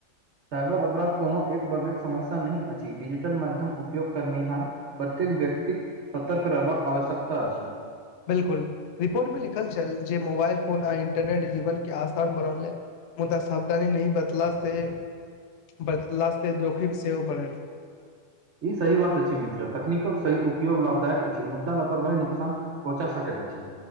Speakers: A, on the right; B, on the left.
A: साइबर अपराध कोनो एक वर्गक समस्या नहि अछि डिजिटल माध्यम उपयोग करनिहार प्रत्येक व्यक्तिक सतर्क रहबाक आवश्यकता अछि
B: बिलकुल रिपोर्ट में लिखल छल जे मोबाइल फोन आ इन्टरनेट जीवन के आसान बनौले मुदा सावधानी नहि बतला से बतलासँ जोखिम सेहो बढ़ल
A: ई सही बात अछि मित्र तकनीक सही उपयोग लाभदायक अछि मुद्दा लपरवाही नुकसान कोचा सकेत अ छी